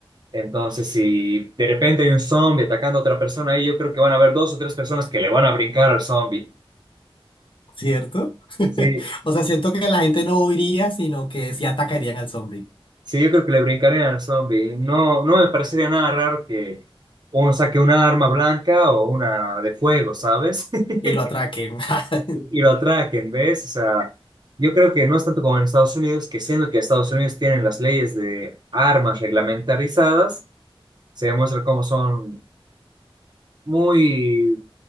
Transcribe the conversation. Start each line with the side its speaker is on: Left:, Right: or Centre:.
Right: Entonces, si de repente hay un zombie atacando a otra persona ahí, yo creo que van a haber dos o tres personas que le van a brincar al zombie.
Left: ¿Cierto? <laughs>
Right: Sí,
Left: O sea, siento que la gente no huiría, sino que sí atacarían al zombie
Right: Sí, yo creo que le brincaría al zombie. No, no me parecería nada raro que uno saque una arma blanca o una de fuego, ¿sabes?
Left: y lo
Right: <laughs>
Left: atraquen. <laughs>
Right: Y lo atraquen, ¿ves? O sea, yo creo que no es tanto como en Estados Unidos, que siendo que Estados Unidos tienen las leyes de armas reglamentarizadas, se demuestra cómo son muy